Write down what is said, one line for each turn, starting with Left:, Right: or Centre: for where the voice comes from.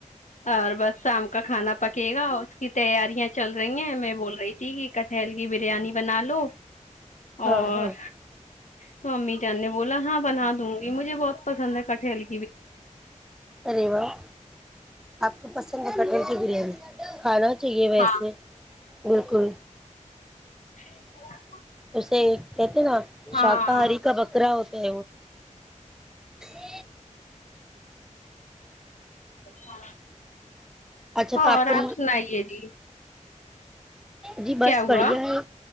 Left: اور بس شام کا کھانا پکے گا اس کی تیاری ں چل رہی ہیں میں بول رہی تھی کہ کٹھل کی بریانی بنا لو
Centre: ہاں
Left: اور
Centre: ہاں
Left: تو امی جان نے بولا ہاں بنا دوں گی مجھے بہت پسند ہے کٹھلی
Centre: ارے واہ تو پسند ہے کٹہیل کی بریانی کھانا چاہیے ویسے
Left: ہاں
Centre: بالکل
Left: <inaudible>
Centre: <inaudible> نا
Left: ہاں
Centre: شاکاہاری کا بکرا ہوتا <inaudible>
Left: ہاں
Centre: اچھا
Left: ہاں
Centre: تو
Left: اور
Centre: کو
Left: آپ سنائیے جی
Centre: جی بس
Left: کیا ہوا
Centre: بڑھیا ہے